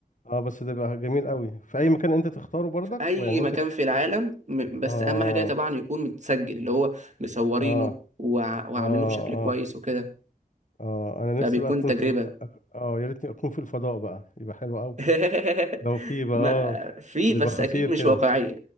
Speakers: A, on the left; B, on the right.
A: اه بس ده بقى جميل قوي في اي مكان انت تختاره برضك
B: في اي
A: ويعني انت
B: مكان في العالم م- بس
A: اه
B: اهم حاجه طبعا يكون متسجل اللي هو مصورينه
A: اه
B: وع وعاملينه
A: اه
B: بشكل
A: اه
B: كويس وكده
A: اه انا
B: فبيكون
A: نفسي بقى اكون
B: تجربه
A: في ال- اه يا ريتني اكون في الفضاء بقى يبقى حلو قوي
B: <laughs>
A: لو في بقى
B: ما
A: اه
B: في
A: يبقى
B: بس
A: خطير
B: اكيد
A: كده
B: مش واقعيه